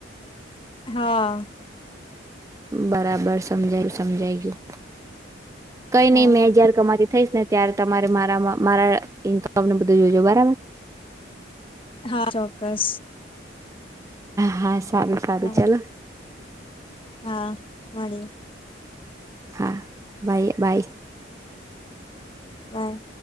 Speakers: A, on the left (about 30°); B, on the right (about 15°).
A: હા.
B: બરાબર સમજાયુ સમજાઈ ગયું. કઈ
A: હા
B: નહી મેં જયાર કમાતી થઈશ ને ત્યારે તમારે મારામાં મારા <unintelligible> બધું જોજો બરાબર.
A: હા ચોક્કસ.
B: હાશ. સારું સારું
A: હા
B: ચાલો.
A: હા મળી.
B: હા બાય બાય.
A: બાય.